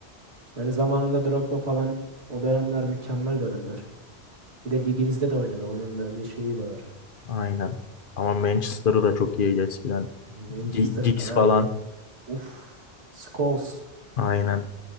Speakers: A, on the right; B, on the left.
A: Yani zamanında Drogba falan o dönemler mükemmel dönemler. Bir de ligimizde de oynadı. Onun da bir şeyi de var.
B: aynen. Ama Manchester'ı da çok iyiydi eskiden.
A: Manchester
B: Gi- Giggs
A: fenaydı
B: falan.
A: ya. Uf. Scholes.
B: Aynen.